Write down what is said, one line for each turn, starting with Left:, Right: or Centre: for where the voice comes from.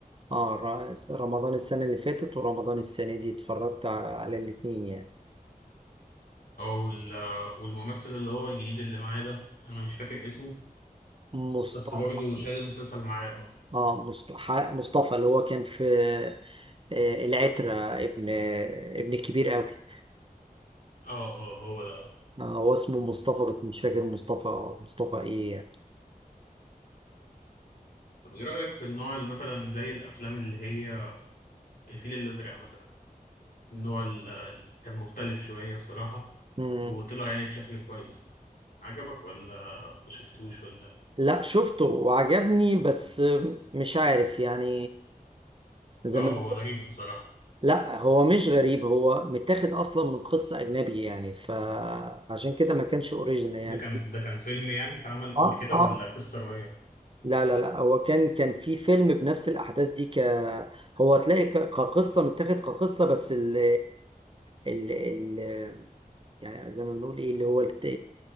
Right: اه ر- رمضان السنة اللي فاتت ورمضان السنة دي اتفرجت ع- على الاتنين يعني
Left: أو ال- آه، والممثل اللي هو الجديد اللي معاه ده أنا مش فاكر اسمه
Right: مصطفى
Left: بس برضه شايل المسلسل معاه اه
Right: اه مصطفى مصطفى اللي هو كان في آه، العترة ابن ابن كبير قوي
Left: اه اه هو ده اه
Right: آه، هو اسمه مصطفى بس مش فاكر مصطفى مصطفى ايه يعني
Left: طب ايه رأيك في النوع اللي مثلا زي الأفلام اللي هي الفيل الأزرق مثلا النوع اللي كان مختلف شوية بصراحة
Right: مم.
Left: وطلع يعني بشكل كويس عجبك ولا ما شفتوش ولا
Right: لا شفته وعجبني بس مش عارف يعني زي
Left: اه
Right: ما
Left: هو غريب بصراحة
Right: لا هو مش غريب هو متاخد اصلا من قصة اجنبي يعني ف... فعشان كده ما كانش اوريجينال يعني
Left: ده كان ده كان فيلم يعني اتعمل قبل
Right: اه
Left: كده
Right: اه
Left: ولا قصة رواية
Right: لا لا لا هو كان كان في فيلم بنفس الأحداث دي ك هو تلاقي ك- كقصة متاخد كقصة بس ال ال ال يعني زي ما بنقول ايه اللي هو الت...